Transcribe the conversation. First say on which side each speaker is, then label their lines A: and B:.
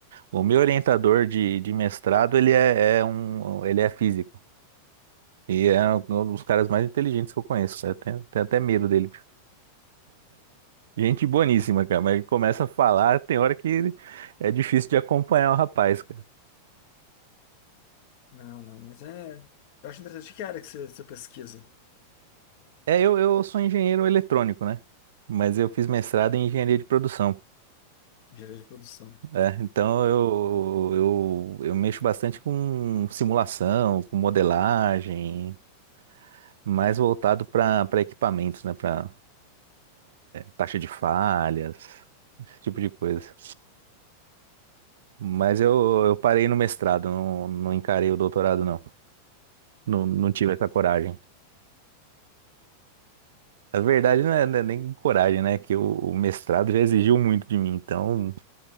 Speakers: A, on the right; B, on the left.
A: O meu orientador de, de mestrado, ele é, é um, ele é físico. E é um dos caras mais inteligentes que eu conheço. Eu tenho, tenho até medo dele. Gente boníssima, cara, mas ele começa a falar, tem hora que é difícil de acompanhar o rapaz, cara.
B: Não, não, mas é. Eu acho interessante que área que você, você pesquisa,
A: É, eu, eu sou engenheiro eletrônico, né? Mas eu fiz mestrado em engenharia de produção,
B: engenharia de produção.
A: né? Então eu, eu, eu mexo bastante com simulação, com modelagem, mais voltado para para equipamentos, né? Para taxa de falhas, esse tipo de coisa. Mas eu, eu parei no mestrado, não, não encarei o doutorado, não. Não, não tive essa coragem. A verdade não é, não é nem coragem, né? Que o, o mestrado já exigiu muito de mim. Então,